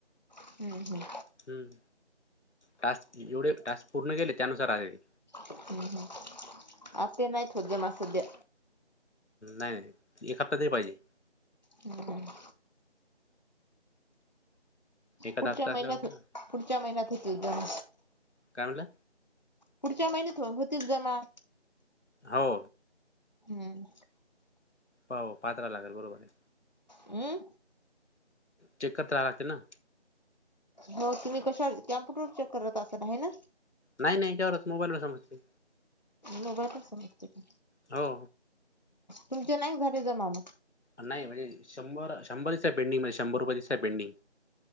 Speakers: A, on the left; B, on the left.
A: हूं हूं
B: हम्म टास्क एवढे टास्क पूर्ण केले त्यानुसार आले ते.
A: हम्म हम्म आपे नाय थोडे देम आ सदया
B: नाय एक हप्ता तरी पाहिजे.
A: हूं हम्म
B: एखादा
A: पुढच्या
B: हप्ता
A: महिन्यात
B: असल्यावर
A: पुढच्या महिन्यात होेतील दोन
B: काय म्हणला?
A: पुढच्या महिन्यात हो होतील जमा.
B: हो.
A: हम्म
B: हो पात्रा लागल बरोबर ये.
A: अम्म
B: चेक करताना लागतील ना
A: हो तुम्ही कशा कॅम्प्युटर चेक करत असाल हाय न
B: नाय नाय ह्याच्यावरच मोबाईल वर सजतय.
A: मोबाईल वर समजतंय काय?
B: हो.
A: तुमचे नाय झाले जमा म
B: नाय म्हणजे शंभर शंभर दिसताय पेंडिंग मध्ये शंभर रुपयाे दिसताय पेंडिंग.